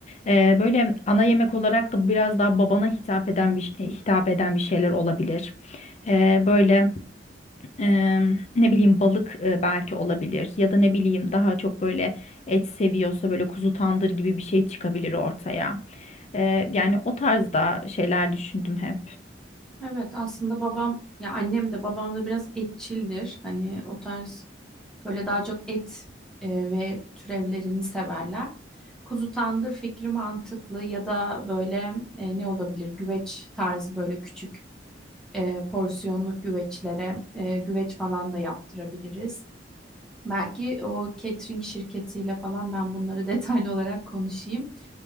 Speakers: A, on the left; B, in the centre.
A: Ee, böyle ana yemek olarak da biraz daha babana hitap eden bir e, hitap eden bir şeyler olabilir. Ee, böyle. Eee, ne bileyim balık e, belki olabilir ya da ne bileyim daha çok böyle et seviyorsa böyle kuzu tandır gibi bir şey çıkabilir ortaya. Eee, yani o tarzda şeyler düşündüm hep.
B: Evet aslında babam ya annem de babam da biraz etçildir. Hani o tarz Böyle daha çok et e, ve türevlerini severler. Kuzu tandır fikri mantıklı ya da böyle e, ne olabilir? Güveç tarzı böyle küçük e, porsiyonluk güveçlere e, güveç falan da yaptırabiliriz. Belki o catering şirketiyle falan ben bunları <laughs> detaylı olarak konuşayım.